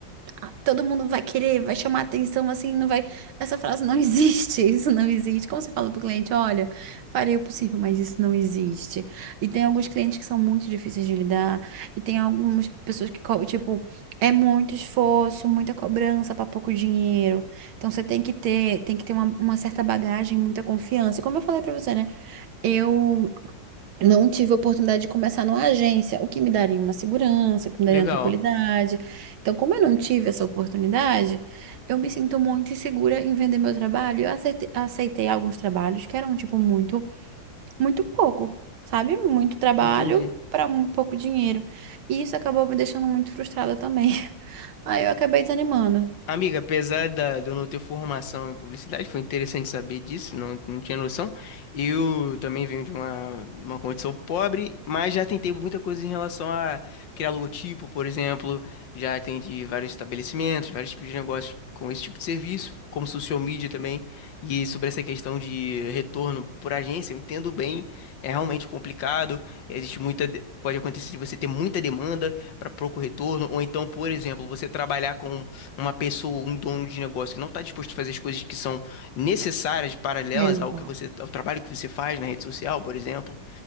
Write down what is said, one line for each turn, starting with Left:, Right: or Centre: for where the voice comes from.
Right: ah, todo mundo vai querer, vai chamar atenção, assim, não vai. Essa frase não <laughs> existe, isso não existe. Como você fala pro cliente, olha, farei o possível, mas isso não existe. E tem alguns clientes que são muito difíceis de lidar. E tem algumas pessoas que, co- tipo, é muito esforço, muita cobrança para pouco dinheiro. Então você tem que ter, tem que ter uma, uma certa bagagem, muita confiança. E como eu falei para você, né? Eu não tive a oportunidade de começar numa agência, o que me daria uma segurança, o que me
Left: legal,
Right: daria uma tranquilidade. Então, como eu não tive essa oportunidade, eu me sinto muito insegura em vender meu trabalho. Eu aceitei, aceitei alguns trabalhos que eram, tipo, muito muito pouco, sabe? Muito trabalho
Left: entendi.
Right: para um pouco dinheiro. E isso acabou me deixando muito frustrada também. <laughs> Aí eu acabei desanimando.
Left: Amiga, apesar da, de eu não ter formação em publicidade, foi interessante saber disso, não, não tinha noção. Eu também venho de uma, uma condição pobre, mas já tentei muita coisa em relação a criar logotipo, por exemplo. Já atendi vários estabelecimentos, vários tipos de negócios com esse tipo de serviço, como social media também. E sobre essa questão de retorno por agência, eu entendo bem, é realmente complicado, existe muita. de- Pode acontecer de você ter muita demanda para pouco retorno, ou então, por exemplo, você trabalhar com uma pessoa, um dono de negócio que não está disposto a fazer as coisas que são necessárias, paralelas
Right: Exato.
Left: ao que você, ao trabalho que você faz na rede social, por exemplo.